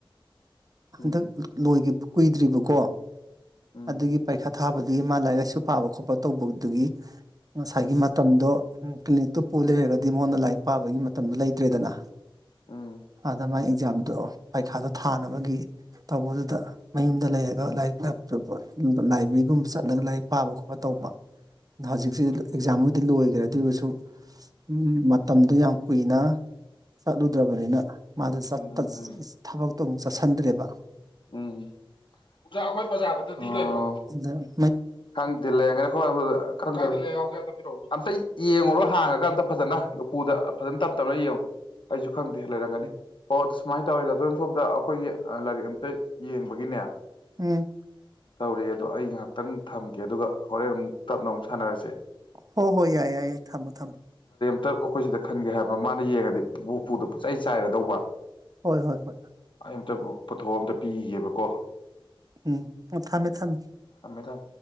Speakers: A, on the left; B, on the right.
A: ꯎꯝ
B: ꯍꯟꯗꯛ ꯂꯣꯏꯈꯤꯕ ꯀꯨꯏꯗ꯭ꯔꯤꯕꯀꯣ
A: ꯎꯝ
B: ꯑꯗꯨꯒꯤ ꯄꯩꯈꯥ ꯊꯥꯕꯗꯒꯤ ꯃꯥ ꯂꯥꯏꯔꯤꯛ ꯂꯥꯏꯁꯨ ꯄꯥꯕ ꯈꯣꯠꯄ ꯇꯧꯕꯗꯨꯒꯤ ꯉꯁꯥꯏꯒꯤ ꯃꯇꯝꯗꯣ ꯀ꯭ꯂꯤꯅꯤꯛꯇꯨ ꯄꯨ ꯂꯩꯔꯒꯗꯤ ꯃꯉꯣꯟꯗ ꯂꯥꯏꯔꯤꯛ ꯄꯥꯕꯒꯤ ꯃꯇꯝꯗꯣ ꯂꯩꯇ꯭ꯔꯦꯗꯅ
A: ꯎꯝ
B: ꯑꯗꯃ ꯑꯦꯛꯖꯥꯝꯗꯣ ꯄꯩꯈꯥꯗꯣ ꯊꯥꯅꯕꯒꯤ ꯇꯧꯕꯗꯨꯗ ꯃꯌꯨꯝꯗ ꯂꯩꯔꯒ ꯂꯥꯏꯔꯤꯛ ꯂꯥꯏꯕ꯭ꯔꯦꯔꯤꯒꯨꯝꯕ ꯆꯠꯂꯒ ꯂꯥꯏꯔꯤꯛ ꯄꯥꯕ ꯈꯣꯠꯄ ꯇꯧꯕ ꯍꯧꯖꯤꯛꯁꯤ
A: ꯎꯝ
B: ꯑꯦꯛꯖꯥꯝꯕꯨꯗꯤ ꯂꯣꯏꯈ꯭ꯔꯦ ꯑꯗꯨ ꯑꯣꯏꯔꯁꯨ ꯎꯝ ꯃꯇꯝꯗꯣ ꯌꯥꯝ ꯀꯨꯏꯅ ꯆꯠꯂꯨꯗ꯭ꯔꯕꯅꯤꯅ ꯃꯥꯗ ꯆꯥꯠꯄ
A: ꯎꯝ
B: ꯊꯕꯛ ꯇꯣꯡ ꯆꯥꯁꯤꯟꯗ꯭ꯔꯦꯕ
A: ꯎꯝ ꯑꯣꯖꯥ ꯑꯩꯈꯣꯏ ꯄꯖꯥꯕꯗꯨꯗꯤ ꯑꯣ
B: ꯑꯗꯨꯗ
A: ꯈꯪꯗꯂꯦ ꯑꯗꯨꯗ ꯂꯩꯔꯝꯒꯅꯤ ꯄꯤꯔꯛ ꯑꯣ ꯑꯝꯇ ꯌꯦꯡꯉꯨꯔꯣ ꯍꯥꯡꯉꯒ ꯑꯝꯇ ꯐꯖꯅ ꯂꯄꯨꯗ ꯐꯖꯅ ꯇꯞ ꯇꯞꯅ ꯌꯦꯡꯉꯨ ꯑꯩꯁꯨ ꯈꯪꯗꯦ ꯂꯩꯔꯝꯒꯅꯤ ꯑꯣ ꯁꯨꯃꯥꯏꯅ ꯇꯧꯋꯦꯗ ꯑꯗꯝ ꯁꯣꯝꯗ ꯑꯩꯈꯣꯏꯒꯤ ꯂꯥꯏꯔꯤꯛ ꯑꯝꯇ ꯌꯦꯡꯕꯒꯤꯅꯦ
B: ꯎꯝ
A: ꯇꯧꯔꯛꯑꯦ ꯑꯗꯣ ꯑꯩ ꯉꯥꯏꯍꯥꯛꯇꯪ ꯊꯝꯒꯦ ꯑꯗꯨꯒ ꯍꯣꯔꯦꯟ ꯑꯃꯨꯛ ꯇꯞꯅ ꯑꯃꯨꯛ ꯁꯥꯟꯅꯔꯁꯦ
B: ꯍꯣꯏ ꯌꯥꯏ ꯌꯥꯏ ꯌꯥꯏ ꯊꯝꯃꯣ ꯊꯝꯃꯣ
A: ꯇꯞ ꯑꯩꯈꯣꯏ ꯁꯤꯗ ꯈꯟꯒꯦ ꯍꯥꯏꯕ ꯃꯥꯅ ꯌꯦꯡꯉꯗꯤ ꯎ ꯎꯄꯨꯗꯨ ꯄꯨꯆꯩ ꯆꯥꯏꯔꯗꯧꯕ
B: ꯍꯣꯏ ꯍꯣꯏ ꯍꯣꯏ
A: ꯑꯩ ꯇ ꯄꯨꯊꯝꯗ ꯄꯤꯒꯦꯕꯀꯣ
B: ꯎꯝ ꯑꯣ ꯊꯝꯃꯦ ꯊꯝꯃꯦ
A: ꯊꯝꯃꯦ ꯊꯝ